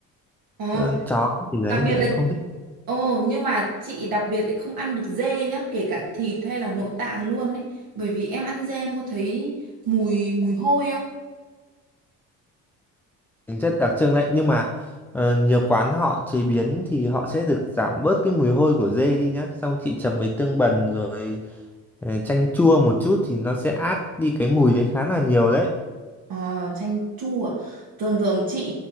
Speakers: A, on the right; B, in the centre.
A: Ờ,
B: ờ, chó gì đấy
A: đặc biệt
B: thì em
A: là
B: không thích
A: Ồ, nhưng mà chị đặc biệt lại không ăn được dê nhá, kể cả thịt hay là nội tạng luôn ấy. Bởi vì em ăn dê em có thấy mùi mùi hôi không?
B: tính chất đặc trưng đấy nhưng mà ờ, nhiều quán họ chế biến thì họ sẽ được giảm bớt cái mùi hôi của dê đi nhá xong chị chấm với tương bần rồi ờ, chanh chua một chút thì nó sẽ át đi cái mùi đấy khá là nhiều đấy
A: Ờ, chanh chua à? Thường thường chị